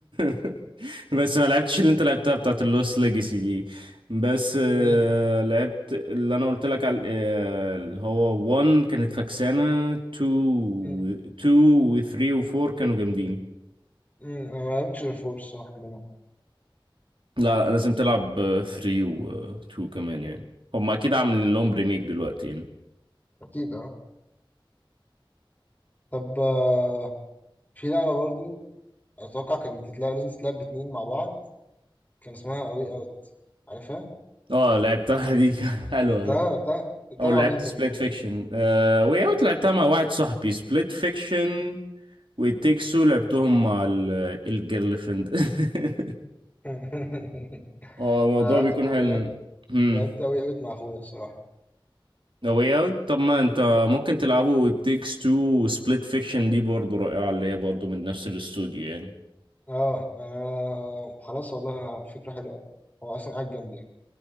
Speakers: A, on the right; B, on the left.
A: <laughs> بس ما لعبتش اللي أنت لعبتها بتاعت اللوست ليجاسي دي بس آه،
B: مم.
A: لعبت اللي أنا قلت لك على آه، اللي هو 1 كانت فكسانة 2 و
B: مم.
A: 2 و 3 و 4 كانوا جامدين
B: مم. انا ما لعبتش غير فور الصراحه منهم
A: لا لازم تلعب آه، 3 و آه، 2 كمان يعني هم أكيد عاملين لهم ريميك دلوقتي يعني
B: اكيد اه طب آه، في لعبه برضو اتوقع كانت بتتلعب لازم تتلعب باتنين مع بعض كان اسمها اوي اوت عارفها
A: اه لعبتها دي <laughs> حلوة
B: لعبتها
A: أوي.
B: لعبتها لعبتها
A: او لعبت
B: مع مين طيب
A: سبليت فيكشن آه واي اوت لعبتها مع واحد صاحبي سبليت فيكشن وتيكسو لعبتهم مع ال- الجيرل فريند <laughs>
B: <laughs>
A: اه الموضوع
B: انا لعبت
A: بيكون
B: مع
A: حلو
B: لعبت
A: امم
B: لعبت اوي اوت مع اخويا الصراحه
A: واي اوت طب ما انت ممكن تلعبوا تيكس تو وسبليت فيكشن دي برضه رائعة اللي هي برضه من نفس الاستوديو يعني
B: اه انا خلاص والله فكره حلوه أوي. هو اصلا قاعد جنبي يعني.